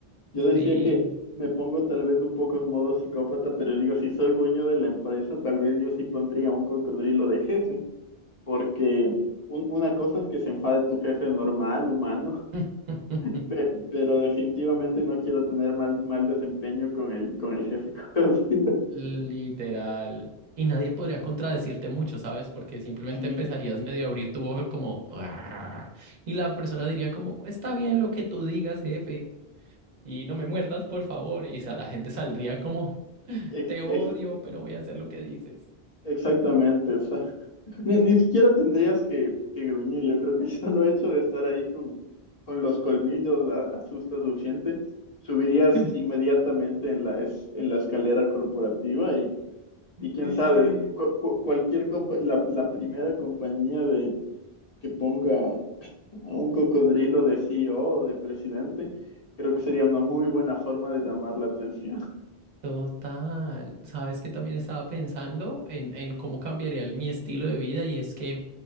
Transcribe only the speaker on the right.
Sí.
<laughs>
Literal. Y nadie podría contradecirte mucho, ¿sabes? Porque simplemente
empezarías medio a abrir tu boca como... "Guau", Y la persona diría como, está bien lo que tú digas, jefe. Y no me muerdas, por favor. Y sa- la gente saldría como,
te odio,
pero voy a hacer lo que dices.
<laughs>
Sí.
Total, sabes que también estaba pensando en, en cómo cambiaría el- mi estilo de vida y es que